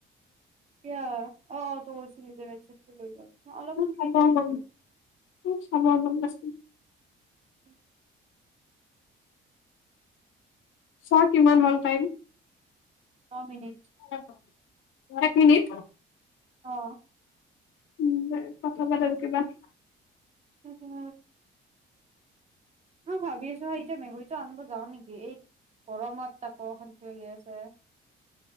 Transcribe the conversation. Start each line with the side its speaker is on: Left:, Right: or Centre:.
Right: এতিয়া অ, অ বহুত <unintelligible> লৈ গল। মই অলপমান খাই
Left: হব
Right: থৈ দিছো
Left: বাৰু। খুব শুব মন গৈছে।
Right: উম।
Left: চোৱা কিমান হ'ল টাইম?
Right: ন মিনিট।
Left: এক, এক মিনিট?
Right: অ।
Left: উম, কথা বাৰ্টাবোৰ কিবা
Right: উ উ। অ ভাবি আছো এতিয়া মেকুৰীটো আনিব যাওঁ নেকি, এই গৰমত তাকো অশান্তি লাগি আছে।